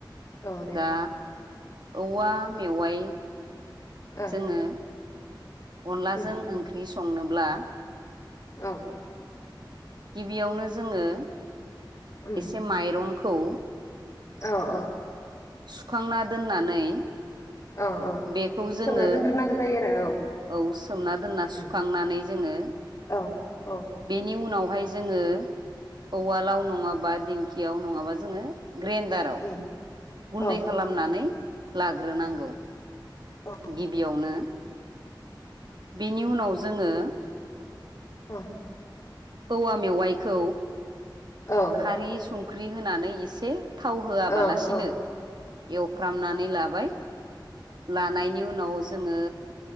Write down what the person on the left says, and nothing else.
औ दे
ओ
उम उम
औ।
उम
औ -औ।
औ -औ
सोमना दोनद्रोनांगौ जायो आरो औ।
उम
औ औ
उम
औ
औ
अह।
औ
औ औ ओ